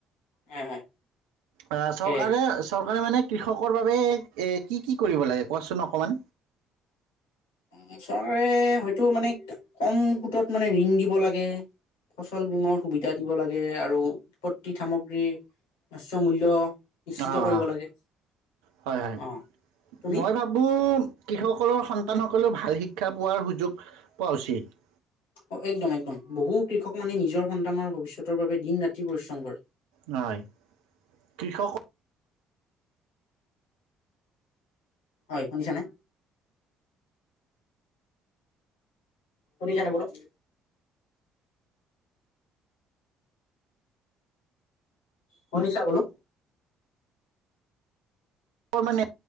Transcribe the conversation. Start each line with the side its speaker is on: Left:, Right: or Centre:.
Left: হয়, হয়,
Right: আহ
Left: তাকে
Right: চৰকাৰে চৰকাৰ তাৰ মানে কৃষকৰ বাবে এই কি কি কৰিব লাগে কোৱাচোন অকণমান
Left: অ চৰকাৰে হয়তো মানে কম সুতত মানে ঋণ দিব লাগে ফচল বীমাৰ সুবিধা দিব লাগে আৰু উৎপত্তি সামগ্ৰী উচ্চ মূল্য নিশ্চিত
Right: আহ
Left: কৰিব লাগে
Right: হয় হয়
Left: অ'। তুমি
Right: মই ভাবো কৃষকসকলৰ সন্তানসকলেও ভাল শিক্ষা পোৱাৰ সুযোগ পোৱা উচিত
Left: অ একদম একদম বহু কৃষক মানে নিজৰ সন্তানৰ ভৱিষ্যতৰ বাবে দিন ৰাতি পৰিশ্ৰম কৰে
Right: হয় কৃষক
Left: হয় শুনিছা নে শুনিছেনে বোলো শুনিছা বোলো
Right: কৰ মানে